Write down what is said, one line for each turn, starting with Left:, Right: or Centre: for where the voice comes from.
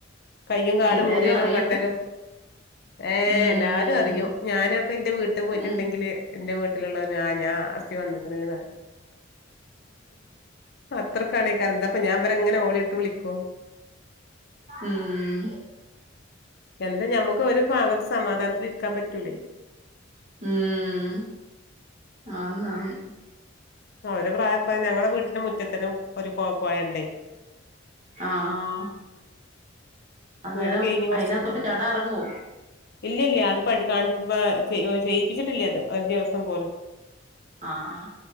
Left: കയ്യും കാലും
Right: എല്ലാരും
Left: മുറിയലും
Right: അറിയട്ട്
Left: കെട്ടലും ഏർഹ്
Right: ഉം
Left: എല്ലാരും അറിയും ഞാനപ്പ ഇന്റെ വീട്ടു പോയിട്ടുണ്ടെങ്കില്
Right: ഉം
Left: എന്റെ വീട്ടിലുള്ളവര് ആഹ് ഞാൻ അസി വന്ന്ക്ക്ണ്ന്ന് പറിം അത്രക്കാണെക്കാരം എന്താപ്പ ഞാൻ ഇവരങ്ങനെ ഓളിട്ട് വിളിക്കും
Right: ഉം
Left: എന്താ ഞമ്മക്ക് ഒരു ഭാഗത്ത് സമാധാനത്തില് ഇരിക്കാൻ പറ്റൂലേ
Right: ഉം ആഹ് ആഹ്
Left: ഓരെ പ്രായപ്പ ഞങ്ങളെ വീട്ടിന്റെ മുറ്റത്തന്നെ ഒരു കൊ പോയണ്ടേ
Right: ആഹ് ആഹ് അന്നേരം
Left: വീട് കഴിഞ്ഞ് കുറച്ച്
Right: അയിനകത്തൊട്ട് ചാടാൻ ഇറങ്ങുവോ
Left: ഇല്ല ഇല്ല അത് പഠ കാണുമ്പ ചെയ്യിപ്പിച്ചിട്ടില്ല അത് ഒരു ദിവസം പോലും
Right: ആഹ്